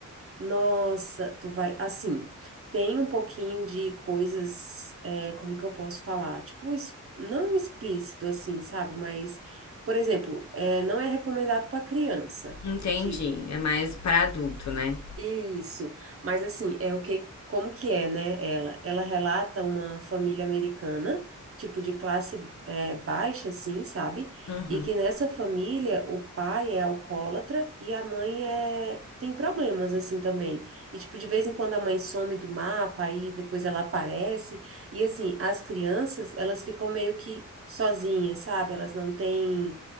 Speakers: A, on the right; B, on the left.
A: Nossa, tu vai... Assim, tem um pouquinho de coisas, é, como que eu posso falar? Tipo, es- não explícito, assim, sabe? Mas, por exemplo, é, não é recomendado para criança,
B: Entendi.
A: tipo...
B: É mais pra adulto, né?
A: Isso, mas assim, é o que, como que é, né, ela? Ela relata uma família americana, tipo de classe é, baixa, assim, sabe?
B: Uhum.
A: E que nessa família o pai é alcoólatra e a mãe é, tem problemas, assim, também. E, tipo, de vez em quando a mãe some do mapa, aí depois ela aparece. E, assim, as crianças, elas ficam meio que sozinhas, sabe? Elas não têm...